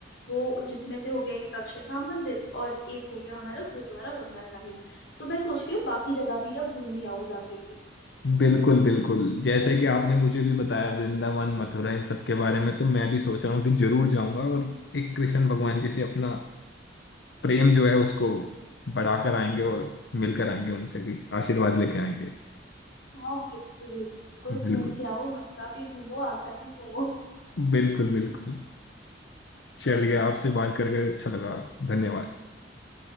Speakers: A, on the left; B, on the left.
A: वो जिसमें से हो गया एक अक्षरधाम मंदिर और एक हो गया हमारा गुरुद्वारा बंगला साहिब तो मैं सोच रही हूँ बाकी जगह भी अब घूम ही आऊँ जाके
B: बिल्कुल बिल्कुल जैसे कि आपने मुझे भी बताया वृंदावन मथुरा इन सब के बारे में तो मैं भी सोच रहा हूँ कि जरूर जाऊंगा और एक कृष्ण भगवान जी से अपना प्रेम जो है उसको बढ़ाकर आएंगे और मिलकर आएंगे उनसे भी आशीर्वाद लेके आएंगे
A: हाँ बिल्कुल बिल्कुल
B: बिल्कुल
A: घूम के आओ मथुरा भी घूमो आगरा भी घूमो
B: बिल्कुल बिल्कुल चलिए आपसे बात करके अच्छा लगा धन्यवाद